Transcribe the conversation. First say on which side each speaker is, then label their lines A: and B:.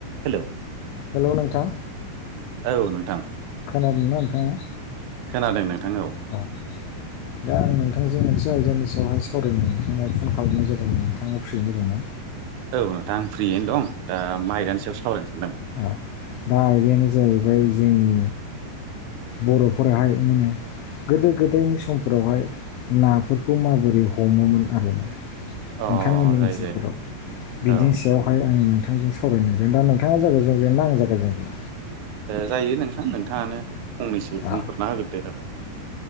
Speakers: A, on the right; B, on the left.
A: हेलौ
B: हेलौ नोंथां
A: औ नोंथां
B: खोनादोंना नोंथाङा
A: खोनादों नोंथां औ
B: औ दा आं नोंथांजों मोनसे आयदानि सायावहाय सावरायनो नोंथांनो फन खालामनाय जादों नोंथाङा फ्रियैनो दङना?
A: औ नोंथां आं फ्रियैनो दं मा आयदानि सायाव सावरायनोसै
B: औ दा आयदायानो जाहैबाय जोंनि बर'फोराहाय माने गोदो गोदायनि समफोरावहाय नाफोरखौ माबोरै हमोमोन आरोना
A: अ
B: नोंथांमोननि
A: जायो
B: ओनसोलफोराव
A: जायो
B: बिदिनि
A: औ
B: सायावहाय आंङो नोंथांजों सावराय नागिरदों दा नोंथां नोंथांङा जागाय जेनोना आं जागाय जेनो
A: जायो नोंथां नोंथांङानो फंनैसो बुंफोरना
B: औ
A: होगोन दे औ